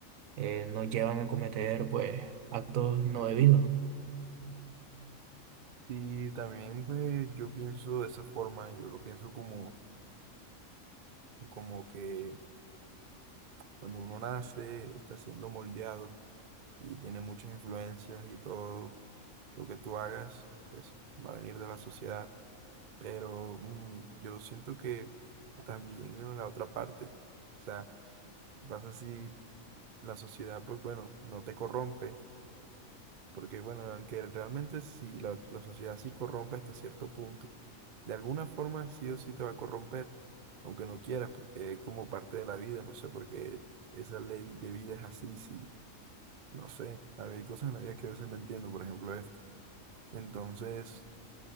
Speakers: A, on the right (about 80°); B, on the right (about 50°).
A: eh, nos llevan a cometer pues actos no debidos, ¿no?
B: Y también pues yo pienso de esa forma, yo lo pienso como, como que cuando uno nace está siendo moldeado y tiene muchas influencias y todo lo que tú hagas, pues va a venir de la sociedad. Pero mm, yo siento que también en la otra parte, o sea, pasa si la sociedad, pues bueno, no te corrompe, porque bueno, aunque realmente si la, la sociedad sí corrompe hasta cierto punto, de alguna forma sí o sí te va a corromper, aunque no quieras, porque es como parte de la vida, no sé por qué esa ley de vida es así, si, no sé, a ver, hay cosas en la vida que a veces no entiendo, por ejemplo esto. Entonces,